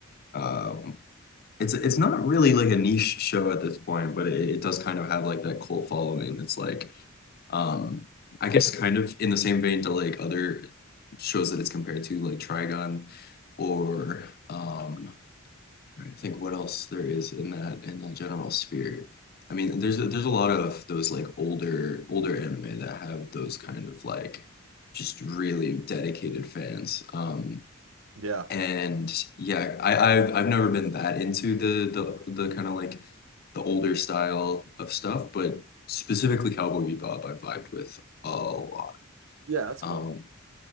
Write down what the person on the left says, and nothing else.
uh, It's it's not really like a niche show at this point, but it, it does kind of have like that cult following. It's like, um, I guess kind of in the same vein to like other shows that it's compared to, like Trigun, or um, I think what else there is in that in that general sphere. I mean, there's a, there's a lot of those like older older anime that have those kind of like just really dedicated fans. Um,
and yeah, I, I've I've never been that into the the the kind of like the older style of stuff, but specifically Cowboy Bebop, I vibed with a lot.
Um,